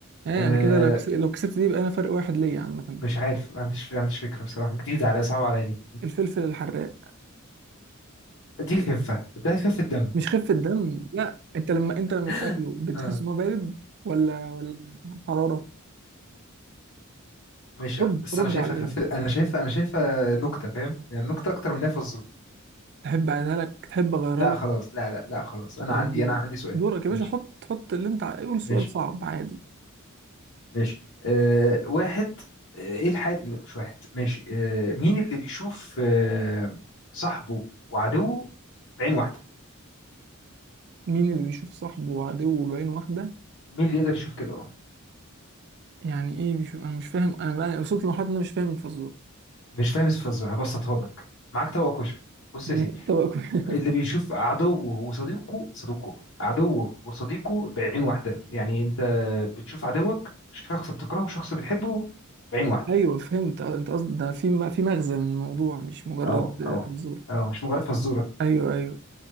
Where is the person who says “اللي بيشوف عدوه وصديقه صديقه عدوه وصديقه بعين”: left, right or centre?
Left